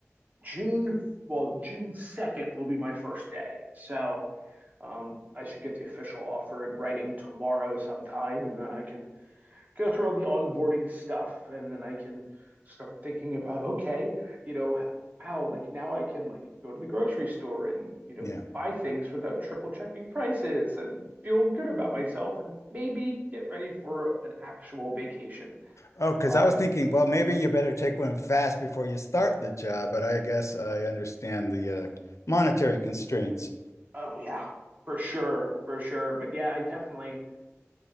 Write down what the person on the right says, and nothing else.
June, well, June 2nd will be my first day. So um, I should get the official offer in writing tomorrow sometime, and then I can go through all the onboarding stuff, and then I can start thinking about, okay, you know, h- wow, like now I can like go to the grocery store and, you know,
buy things without triple checking prices and feel good about myself and maybe get ready for an actual vacation.
Um,
oh yeah, for sure, for sure. But yeah, I definitely